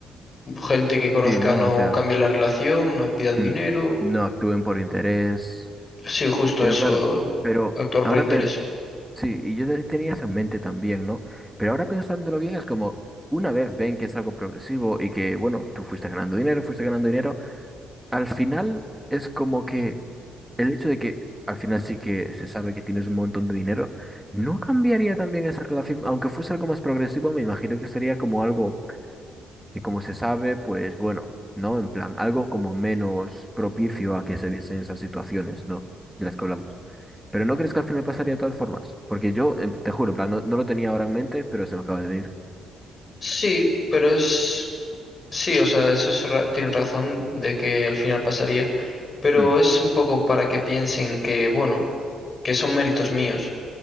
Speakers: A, on the left; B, in the centre.
A: gente que conozca
B: Sí, ¿no?
A: no
B: O sea,
A: cambie la relación, no me pidan
B: mm,
A: dinero.
B: no actúen por interés.
A: Sí, justo
B: Pero
A: eso,
B: claro, pero
A: actuar
B: ahora,
A: por interés.
B: pe- sí, y yo te- tenía eso en mente también, ¿no? Pero ahora pensándolo bien, es como, una vez ven que es algo progresivo y que, bueno, tú fuiste ganando dinero, fuiste ganando dinero, al final es como que... El hecho de que al final sí que se sabe que tienes un montón de dinero, ¿no cambiaría también esa relación? Aunque fuese algo más progresivo, me imagino que sería como algo que como se sabe, pues bueno, ¿no? En plan, algo como menos propicio a que se viesen esas situaciones, ¿no? De las que hablamos. Pero ¿no crees que al final pasaría de todas formas? Porque yo, em, te juro, en plan, no, no lo tenía ahora en mente, pero se me acaba de venir.
A: Sí, pero es... Sí, o sea, eso es ra- tienes razón de que al final pasaría, pero
B: Hmm,
A: es un poco para que piensen que, bueno, que son méritos míos